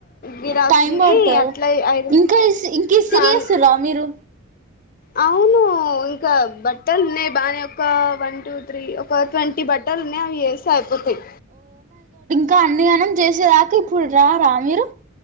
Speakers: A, on the left; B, on the right.
A: గిరాకుంది
B: టైం పడుతదా
A: అట్లా ఐదు
B: ఇంకా ఇంకా ఇస్సిరి
A: చానా
B: చేస్తుర్రా మీరు
A: అవును ఇ క బట్టలు ఉన్నాయి బానే ఒక వన్ టూ త్రీ ఒక ట్వంటీ బట్టలు ఉన్నాయి అవి వేస్తా అయిపోతాయి
B: కా అన్నిగనం చేసేదాకా ఇప్పుడు రా రా మీరు